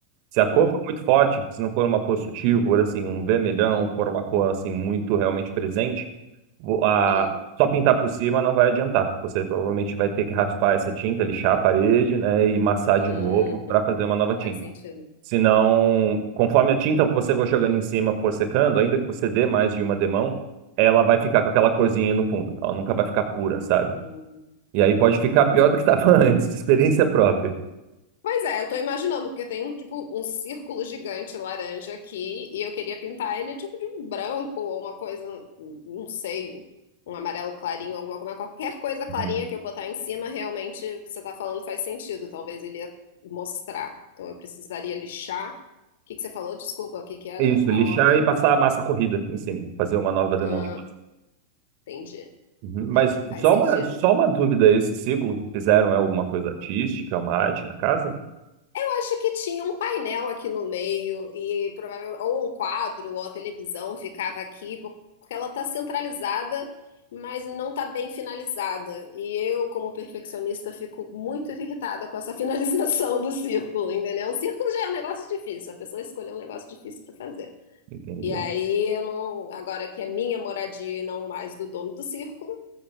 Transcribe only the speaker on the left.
Hum.
Ah,
hum,
faz sentido.
Hum.
Pois é, eu tô imaginando, porque tem um tipo um círculo gigante laranja aqui e eu queria pintar ele tipo de branco ou uma coisa, não sei, um amarelo clarinho, alguma coisa, qualquer coisa clarinha
que eu botar em cima, realmente o que você tá falando faz sentido, talvez ele ia mostrar. Então eu precisaria lixar. O que que você falou? Desculpa, o que que era
a
ordem?
Ah,
entendi.
É, faz
sentido.
Eu acho que tinha um painel aqui no meio e provavelmente ou um quadro ou a televisão ficava aqui por- porque ela está centralizada, mas não está bem finalizada. E eu, como perfeccionista, fico muito irritada com essa <laughs> finalização do círculo, entendeu? O círculo já é um negócio difícil, a pessoa escolheu um negócio difícil para fazer.
E aí, eu não, agora que é minha moradia e não mais do dono do círculo,